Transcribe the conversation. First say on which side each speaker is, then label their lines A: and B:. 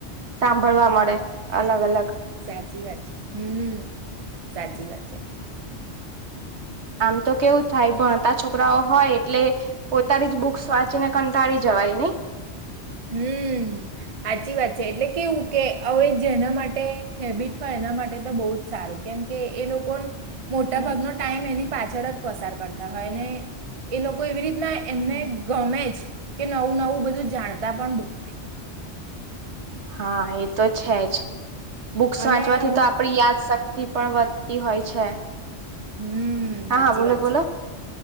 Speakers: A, on the right; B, on the right.
A: સાંભળવા મળે અલગ અલગ
B: સાચી વાત છે હમ સાચી વાત છે,
A: આમ તો કેવું થાય ભણતા છોકરાઓ હોય એટલે પોતાની જ બુક્સ વાંચીને કંટાળી જવાય નહી,
B: હમ્મ સાચી વાત છે, એટલે કેવું કે હવે જેના માટે હેબિટ હોય એના માટે તો બહુ જ સારું કેમ કે એ લોકો મોટા
A: હમ
B: ભાગનો ટાઈમ એની પાછળ જ પસાર કરતા હોય અને એ લોકો એવી રીતના
A: હમ.
B: એમને ગમે જ કે નવું નવું બધું જાણતા પણ બોય
A: હા, એ તો છે જ બુક્સ
B: અને
A: વાંચવાથી
B: અમુક
A: તો આપણી યાદ થી પણ વધતી હોય છે,
B: હમ્મ
A: હા
B: સાચી
A: હા બોલો
B: વાત
A: બોલો
B: છે,